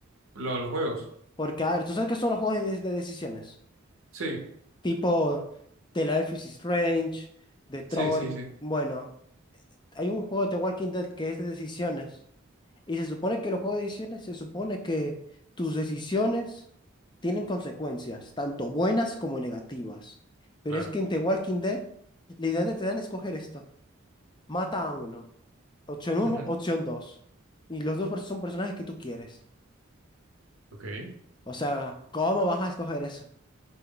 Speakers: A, on the right; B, on the left.
A: Lo- los juegos.
B: Porque, a ver, tú sabes que son los juegos de, de decisiones.
A: Sí,
B: Tipo The Life is Strange, Detroit.
A: sí, sí, sí,
B: Bueno. hay un juego de The Walking Dead que es de decisiones. Y se supone que los juegos de decisiones, se supone que tus decisiones tienen consecuencias, tanto buenas como negativas. Pero
A: claro.
B: es que en The Walking Dead, literalmente te dan a escoger esto. Mata a uno. Opción
A: Ujú,
B: uno, opción dos. Y los dos pers- son personajes que tú quieres.
A: Ok.
B: O sea, ¿cómo vas a escoger eso?